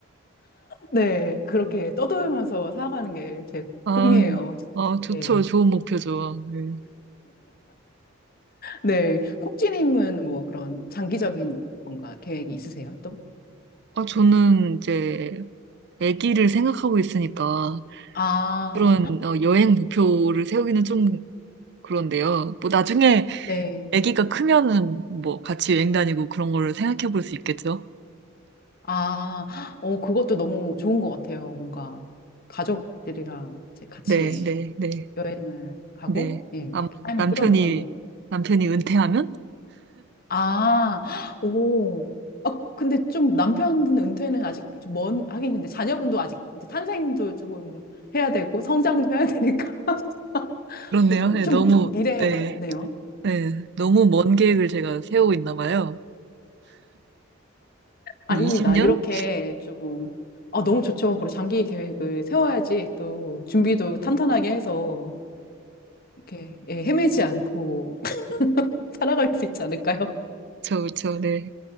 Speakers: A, on the left; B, on the right.
A: 네, 그렇게 떠돌면서 살아가는 게 제
B: 아,
A: 꿈이에요.
B: 아, 좋죠.
A: 네.
B: 좋은 목표죠. 네.
A: 네, 콩쥐님은 뭐 그런 장기적인 뭔가 계획이 있으세요, 또?
B: 아, 저는 이제 아기를 생각하고 있으니까
A: 아,
B: 그런 어, 여행 목표를 세우기는 좀 그런데요. 뭐 나중에
A: 네.
B: 아기가 크면은 뭐 같이 여행 다니고 그런 거를 생각해 볼 수 있겠죠.
A: 아, 어, 그것도 너무 좋은 것 같아요. 뭔가 가족들이랑 이제 같이
B: 네, 네, 네,
A: 여행을 가고,
B: 네.
A: 예,
B: 아마
A: 그렇게 삶을
B: 남편이,
A: 꾸려나가는 것
B: 남편이 은퇴하면?
A: 아, 오. 아, 근데 좀 남편분 은퇴는 아직 좀 먼, 하긴 근데 자녀분도 아직 이제 탄생도 조금 해야 되고 성장도 해야 되니까 <laughs>
B: 그렇네요.
A: 조금
B: 네,
A: 좀
B: 너무,
A: 미래네요.
B: 네, 네. 너무 먼 계획을 제가 세우고 있나 봐요.
A: 아닙니다.
B: 20년?
A: 이렇게 조금 아, 너무 좋죠. 그리고 장기 계획을 세워야지 또 준비도 탄탄하게 해서 이렇게 예, 헤매지 않고 <laughs> 살아갈 수 있지 않을까요?
B: 그쵸, 그쵸, 네.